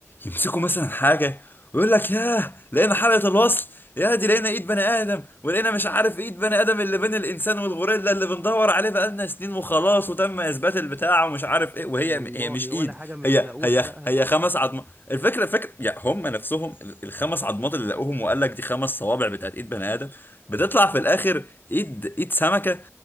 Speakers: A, on the left (about 40°); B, on the right (about 15°).
A: يمسكوا مثلا حاجه ويقول لك ياه لقينا حلقه الوصل يا دي لقينا ايد بني ادم ولقينا مش عارف ايد بني ادم اللي بين الانسان والغوريلا اللي بندور عليه بقالنا سنين وخلاص وتم اثبات البتاع ومش عارف ايه وهي
B: والله
A: هي مش ايد
B: ولا حاجه من
A: هي
B: اللي لقوها
A: هي هي
B: هي صح
A: خمس
B: اصلا
A: عظمات الفكره فكره يعني هم نفسهم ال- الخمس عظمات اللي لقوهم وقال لك دي خمس صوابع بتاعت ايد بني ادم بتطلع في الاخر ايد ايد سمكه